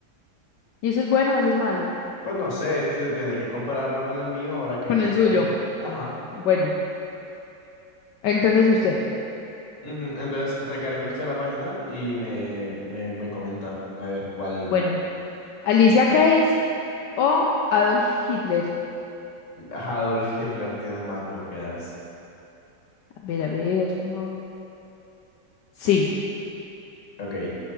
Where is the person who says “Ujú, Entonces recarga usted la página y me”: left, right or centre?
Left